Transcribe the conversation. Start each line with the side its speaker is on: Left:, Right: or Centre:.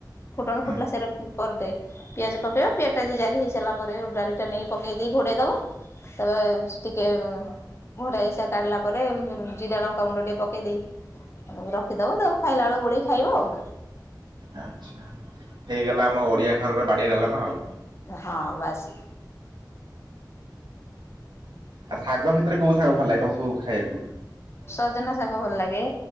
Left: ଫୁଟଣ
Right: ହୁଁ
Left: ଫୁଟିଲା ସେରା ପର ଡେ ପିଆଜ ପକେଇବ ପିଆ ପିଆଜ ଜାରି ହେଇସାରିଲା ପରେ ଡାଲି ଟା ନେଇ ପକେଇ ଦେଇ ଘୋଡେଇ ଦବ। ତାପରେ ଟିକେ ଘୋରା ଇସା କାଢିଲା ପରେ ଜିରା ଲଙ୍କା ଗୁଣ୍ଡ ଟିକେ ପକେଇ ଦେଇ ରଖିଦବ ତାକୁ ଖାଇଲା ବେଳକୁ ଗୋଳେଇ ଖାଇବ ଆଉ।
Right: ଆଚ୍ଛା ହେଇଗଲା ଆମ ଓଡିଆ ଘରର ବାଡିଆ ଡାଲମା ଆଉ।
Left: ହଁ ବାସ
Right: ଆଉ ଶାଗ ଭିତରେ କୋଉ ଶାଗ ଭଲ ଲାଗେ ତମକୁ ସବୁ ଖାଇବାକୁ?
Left: ସଜନା ଶାଗ ଭଲ ଲାଗେ